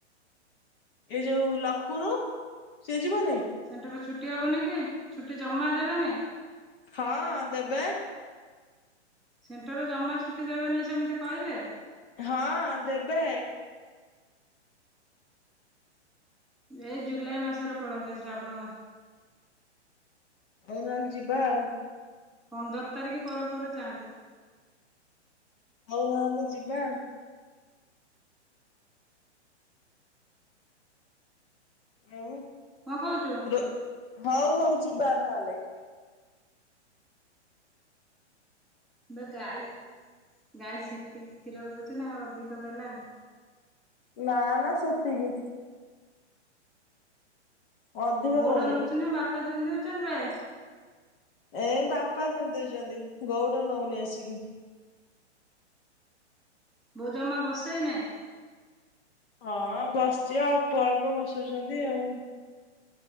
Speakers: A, on the left (about 50°); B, in the centre.
A: ଏଇ ଯୋଉ ଲକୁନୁ, ସେ ଯିବନି?
B: ସେଣ୍ଟର ଛୁଟି ହବନି କି ଛୁଟି ଜମା ଦେବେନି?
A: ହଁ ଦେବେ।
B: ସେଣ୍ଟର ରେ ଜମା ଛୁଟି ଦେବେନେଇଁ ସେମିତି କହିଲେ?
A: ହଁ ଦେବେ।
B: ଏଇ ଜୁଲାଇ ମାସରେ ପଳନ୍ତେ। ଶ୍ରାବଣ
A: ହଉ ନହେଲେ ଯିବା ଆଉ।
B: ପନ୍ଦର ତାରିଖ ପରେ ପରେ ଯାଆନ୍ତେ।
A: ହଉ ନହେଲେ ଯିବା ଆଉ। ଆଉ?
B: କଣ କହୁଛୁ?
A: ରୋ ହଉ ହଉ ଯିବା ନହେଲେ।
B: ଏ ଗାଈ ଗାଈ ସେତିକି କ୍ଷୀର ଦଉଚି ନା ଆଉ ଅଧିକ ଦେଲାଣି।
A: ନା ନା ସେତିକି। ଅଧିକ
B: ଗୋଉଡ଼
A: ଦଉନି।
B: ନେଉଚି ନା ବାପା ଦୁଇଁ ଦେଉଛନ୍ତି ବେ?
A: ଏ ବାପା ଦୁଇଁ ଦେଉଛନ୍ତି ଗଉଡ ନଉନି ଆସିକି।
B: ବୋଉ ଜମା ବସେଇ ନେଇଁ।
A: ହଁ ବସିଛି ଅଳ୍ପ ଅଳ୍ପ ବସଉଚନ୍ତି ଆଉ।